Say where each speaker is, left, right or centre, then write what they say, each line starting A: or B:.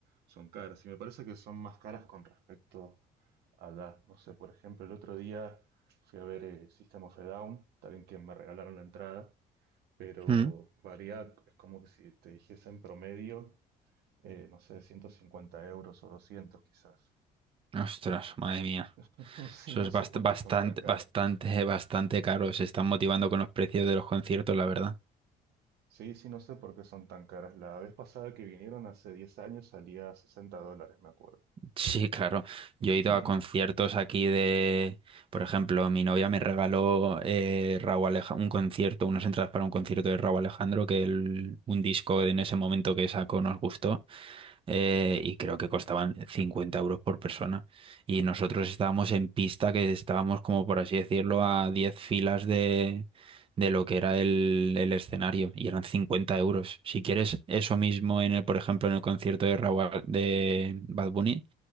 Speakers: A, on the right; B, on the right.
A: son caras y me parece que son más caras con respecto a la, no sé, por ejemplo, el otro día fui a ver eh, System of a Down, también que me regalaron la entrada, pero
B: Mm.
A: varía, es como que si te dijese en promedio eh, no sé, 150 euros o 200 quizás.
B: Ostras, madre mía.
A: <laughs> Sí,
B: Eso
A: no
B: es
A: sé
B: bast-
A: por
B: bastante,
A: qué son tan caras.
B: bastante, <laughs> bastante caro. Se están motivando con los precios de los conciertos, la verdad.
A: Sí, sí, no sé por qué son tan caras. La vez pasada que vinieron hace 10 años salía a 60 dólares, me acuerdo.
B: Sí, claro.
A: <laughs>
B: Yo he ido a conciertos aquí de, por ejemplo, mi novia me regaló eh, Rauw Aleja- un concierto, unas entradas para un concierto de Rauw Alejandro, que el- un disco en ese momento que sacó nos gustó eh, y creo que costaban 50 euros por persona. Y nosotros estábamos en pista, que estábamos como por así decirlo a 10 filas de, de lo que era el, el escenario y eran 50 euros. Si quieres eso mismo en el, por ejemplo, en el concierto de Rauw Ale- de Bad Bunny.